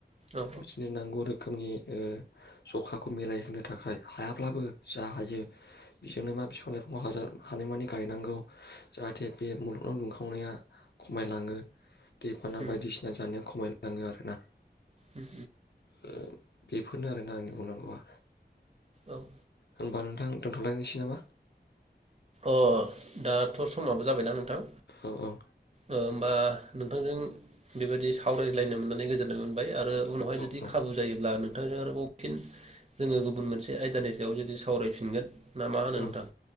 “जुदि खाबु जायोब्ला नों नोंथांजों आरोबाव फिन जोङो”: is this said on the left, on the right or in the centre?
Right